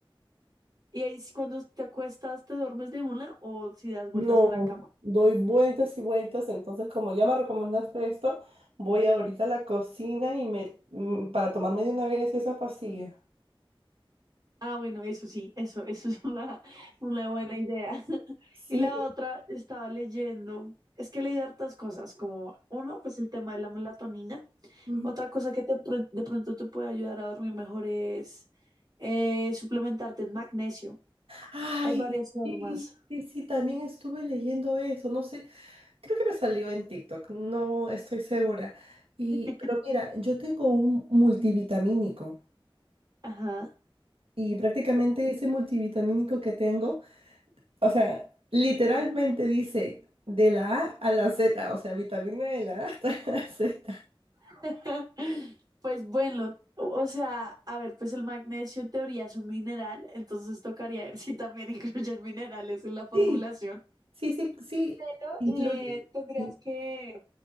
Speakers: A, on the right (about 45°); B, on the right (about 85°).
A: Y ahí sí, cuando te acuestas, ¿te duermes de una o si das vueltas
B: No,
A: en la cama?
B: doy vueltas y vueltas, entonces como ya me recomendaste esto, voy ahorita a la cocina y me mm, para tomarme de una vez esa pastilla.
A: Ah, bueno, eso sí, eso, eso es <laughs> una, una buena idea. <laughs>
B: Sí.
A: Y la otra, estaba leyendo, es que leí hartas cosas, como uno, pues el tema de la melatonina.
B: Ujú.
A: Otra cosa que te pr- de pronto te puede ayudar a dormir mejor es eh, suplementarte en magnesio.
B: Ay,
A: Hay varias formas.
B: sí, sí, sí, también estuve leyendo eso, no sé, creo que me salió en TikTok, no estoy segura. Y,
A: <laughs>
B: pero mira, yo tengo un multivitamínico
A: Ajá.
B: y prácticamente ese multivitamínico que tengo, o sea, literalmente dice de la A a la Z, o sea, vitamina de la A hasta <laughs> la Z.
A: <laughs> Pues bueno, o o sea, a ver, pues el magnesio en teoría es un mineral, entonces tocaría ver si también <laughs> incluyen minerales en la formulación.
B: Sí, sí, sí, sí,
A: Pero
B: incluye.
A: eh, tendrías
B: in-
A: que,